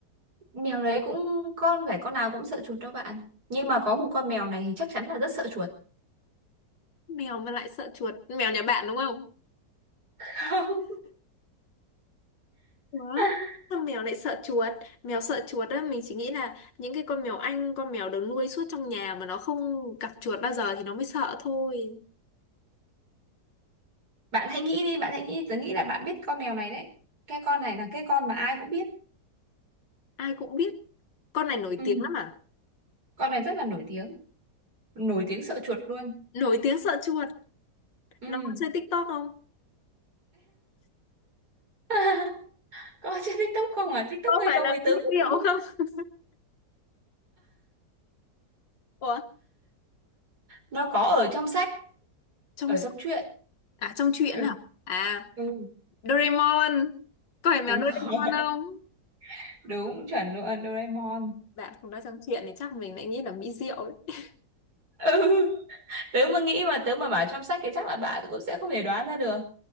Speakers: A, on the right (about 60°); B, on the left (about 85°).
A: mèo đấy cũng con phải con nào cũng sợ chuột đâu bạn nhưng mà có một con mèo này thì chắc chắn là rất sợ chuột
B: Mèo mà lại sợ chuột, mèo nhà bạn đúng không?
A: <laughs>
B: Ủa?
A: không
B: Sao mèo lại sợ chuột? Mèo sợ chuột á, mình chỉ nghĩ là những cái con mèo Anh, con mèo được nuôi suốt trong nhà mà nó không gặp chuột bao giờ thì nó mới sợ thôi.
A: Bạn hãy nghĩ đi, bạn hãy nghĩ đi. Tớ nghĩ là bạn biết con mèo này đấy. Cái con này là cái con mà ai cũng biết.
B: ai cũng biết con này nổi
A: Ừ,
B: tiếng lắm à
A: con này rất là nổi tiếng. Nổi tiếng sợ chuột luôn.
B: nổi tiếng sợ chuột
A: Ừ.
B: nó có chơi TikTok không
A: <laughs> Có trên TikTok không à? TikTok
B: có
A: hay
B: phải
A: không
B: là
A: thì tớ
B: mỹ
A: cũng
B: liệu
A: không biết.
B: không ủa
A: Nó có ở trong sách,
B: trong
A: ở
B: sách-
A: trong truyện.
B: à trong truyện
A: Ừ,
B: hả à
A: ừ,
B: Doraemon có phải mèo
A: đúng
B: Doraemon
A: rồi. <laughs>
B: không
A: Đúng, chuẩn luôn, Doraemon.
B: bạn không nói trong truyện thì chắc mình lại nghĩ là mỹ diệu đấy
A: Ừ, <laughs> tớ mà nghĩ mà tớ mà bảo trong sách thì chắc là bạn cũng sẽ không thể đoán ra được.